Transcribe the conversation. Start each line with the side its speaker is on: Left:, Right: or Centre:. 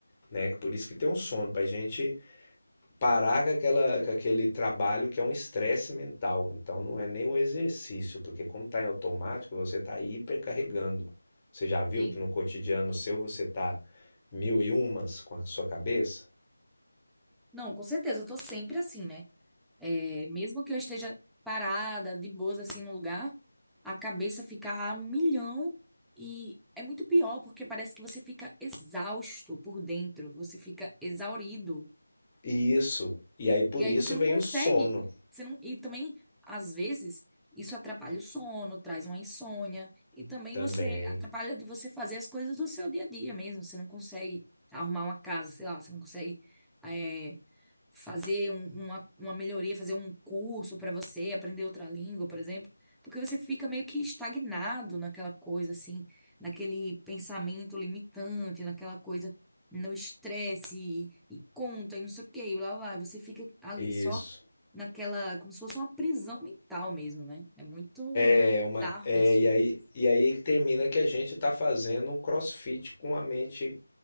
Left: né? Por isso que tem um sono, pra gente parar com aquela, com aquele trabalho que é um estresse mental. Então não é nem um exercício, porque como tá em automático, você tá hipercarregando. Você já viu
Centre: sim.
Left: que no cotidiano seu você tá mil e umas com a sua cabeça?
Centre: Não, com certeza, eu tô sempre assim, né? É, mesmo que eu esteja parada, de boas, assim, no lugar, a cabeça fica a um milhão e é muito pior, porque parece que você fica exausto por dentro, você fica exaurido.
Left: E isso, e aí por
Centre: E aí
Left: isso
Centre: você não
Left: vem
Centre: consegue,
Left: o sono
Centre: você não, e também, às vezes, isso atrapalha o sono, traz uma insônia, e também
Left: também.
Centre: você atrapalha de você fazer as coisas do seu dia a dia mesmo. Você não consegue arrumar uma casa, sei lá, você não consegue eh, fazer um- uma, uma melhoria, fazer um curso para você, aprender outra língua, por exemplo, porque você fica meio que estagnado naquela coisa, assim, naquele pensamento limitante, naquela coisa no estresse e, e conta e não sei o quê, e lá vai, você fica ali
Left: Isso.
Centre: só naquela, como se fosse uma prisão mental mesmo, né? É muito
Left: É uma,
Centre: bizarro
Left: é,
Centre: isso.
Left: e aí, e aí termina que a gente está fazendo um CrossFit com a mente,